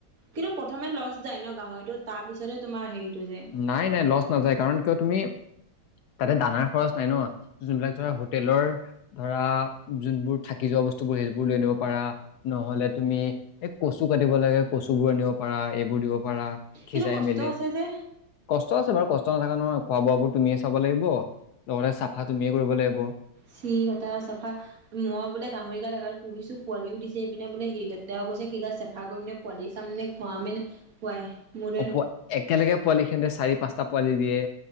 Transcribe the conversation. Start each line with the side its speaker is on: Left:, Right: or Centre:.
Right: কিন্তু প্ৰথমে লছ যায় ন গাহৰিটো, তাৰপিছতে তোমাৰ হেৰিটো যে',
Left: নাই, -নাই, লছ নাযায় কাৰণ কিয় তুমি', তাতে দানাৰ খৰচ নাই ন', যোনবিলাক ধৰা হোটেলৰ', ধৰা', যোনবোৰ থাকি যোৱা বস্তুবোৰ সেইবোৰ লৈ আনিব পাৰা', নহ'লে তুমি এই কচু কাটিব লাগে কচু বোৰ আনিব পাৰা এইবোৰ দিব পাৰা', সিজাই
Right: কিন্তু কষ্ট
Left: মেলি
Right: আছে যে?
Left: কষ্ট আছে বাৰু কষ্ট নাথাকা নহয়', খোৱা বোৱ বোৰ তুমিয়ে চাব লাগিব লগতে চাফা তুমিয়ে কৰিব লাগিব',
Right: চি কটা চাফা? মই বোলে গাহৰি গাল এগাল পুহিছো পোৱালিও দিছে', এইপিনে বোলে সি লেতেৰাও কৰিছে সেই গাল চেফা কৰিম‌ নে', পোৱালি চাম নে খোৱামেনে পোৱাই', ৰ'দ',
Left: অপ একেলগে পোৱালি খিনতে চাৰি, পাঁচটা পোৱালি দিয়ে।